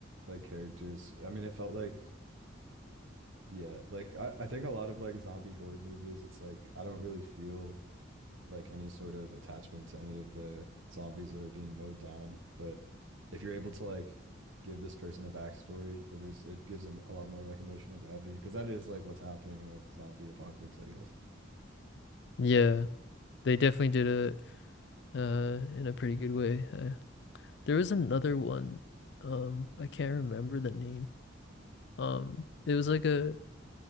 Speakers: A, on the right; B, on the left.
A: like characters. I mean, it felt like, yeah, like I, I think a lot of like zombie horde movies, it's like I don't really feel like any sort of attachment to any of the zombies that are being mowed down. But if you're able to like give this person a backstory, it is it gives them a lot more like emotional gravity because that is like what's happening in a zombie apocalypse, I guess.
B: Yeah, they definitely did it uh in a pretty good way. Uh, there was another one, um, I can't remember the name. Um, it was like a,